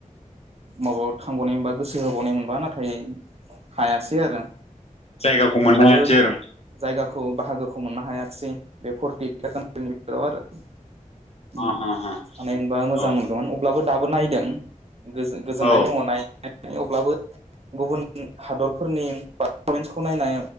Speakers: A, on the right (about 50°); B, on the left (about 50°).
A: माबायाव थांबावनाय मोनबा गोसो होबावनाय मोनबा नाथाय हायासै आरो
B: जायगाखौ मोननो
A: अब्लाबो
B: हायासै आरो
A: जायगाखौ खौ बाहागोखौ मोननो हायाखसै बे फरटिनि <unintelligible> उम
B: अ ह ह
A: थानाय मोनबा मोजां
B: औ
A: मोनगौमोन अब्लाबो दाबो नायदों गोजोननाय
B: औ
A: दङ नायनानै अब्लाबो गुबुन हादरफोरनि पारफरमेन्सखौ नायनाय